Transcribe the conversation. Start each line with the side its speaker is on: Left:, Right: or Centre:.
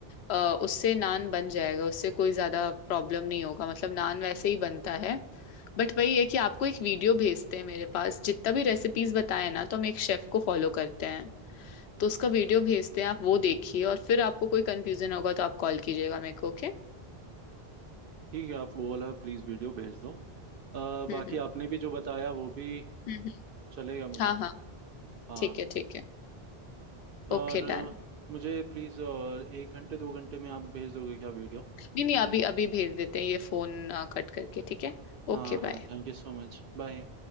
Left: अ, उससे नान बन जाएगा उससे कोई ज्यादा प्रॉब्लम नहीं होगा मतलब नान वैसे ही बनता है बट वही है कि आपको एक वीडियो भेजते हैं मेरे पास जितना भी रेसिपीज बताए ना तो हम एक शेफ को फॉलो करते हैं तो उसका वीडियो भेजते हैं आप वो देखिए और फिर आपको कोई कंफ्यूजन होगा तो आप कॉल कीजिएगा मेरे को ओके
Right: ठीक है आप वो वाला प्लीज़ वीडियो भेज दो अ,
Left: हम्म
Right: बाकी
Left: हम्म
Right: आपने भी जो बताया वो भी
Left: हम्म, हम्म।
Right: चलेगा मुझे
Left: हाँ हाँ
Right: हाँ
Left: ठीक है ठीक है Okay
Right: और अ,
Left: done
Right: मुझे प्लीज़ एक घंटे दो घंटे में आप भेज दोगे क्या वीडियो
Left: नहीं नहीं अभी अभी भेज देते हैं ये फोन कट करके ठीक है
Right: हाँ
Left: Okay
Right: हाँ
Left: bye
Right: thank you so much bye